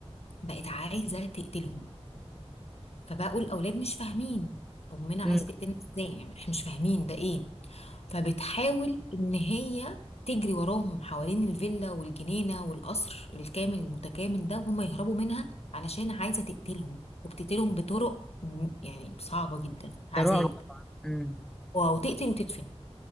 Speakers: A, on the left (about 70°); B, in the centre.
A: بقت عايزة تقتلهم فبقوا الأولاد مش فاهمين أمنا عايزة
B: امم
A: تقتلنا إزاي يعني إحنا مش فاهمين ده إيه فبتحاول ان هي تجري وراهم حوالين الفيلا والجنينة والقصر الكامل المتكامل ده وهم يهربوا منها علشان عايزة تقتلهم وبتقتلهم بطرق م- يعني صعبة جدا عذاب
B: ده رعب طبعا امم
A: او تقتل وتدفن